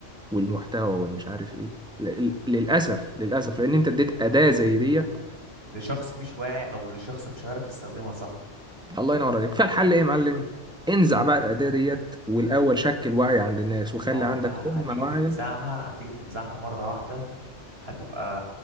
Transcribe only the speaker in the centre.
والمحتوى والمش عارف إيه ل- ل- للأسف للأسف لأن أنت اديت أداة زي ديت
الله ينور عليك فالحل ايه يا معلم انزع بقى الاداه ديت والاول شكل وعي عند الناس وخلي
عندك
امه
واعيه